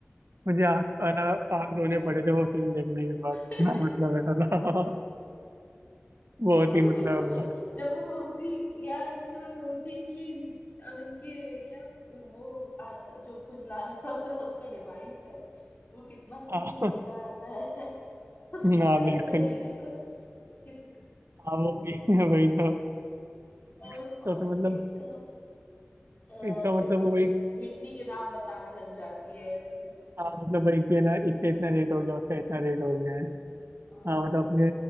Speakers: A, on the right (about 65°); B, on the left (about 45°).
A: मुझे आँख आना आँख रोने पड़े थे वो सीन देखने के बाद इतना
B: है
A: मतलब
B: <laughs>
A: ऐसा था <laughs> बहुत
B: यार
A: ही
B: तुम
A: मतलब
B: ही सोचो जब वो उसी यार फिर वो बोलती है कि इन- अब इनके क्या वो आता जो खुजलाने <laughs> वाला उसका डिवाइस है वो कितना
A: <laughs>
B: तो भी महंगा आता है उसके
A: हाँ
B: पैसे
A: बिल्कुल
B: नहीं है तो <laughs> इस-
A: हाँ वो भी <laughs> वही तो
B: और
A: तो
B: और
A: फिर मतलब
B: इसका अ,
A: इसका
B: फिर
A: मतलब वो वही
B: भिंडी के दाम बताने लग जाती है फिर
A: हाँ मतलब वही कि ना इससे इतना रेट हो गया उसका इतना रेट हो गया है
B: आ,
A: हाँ मतलब अपने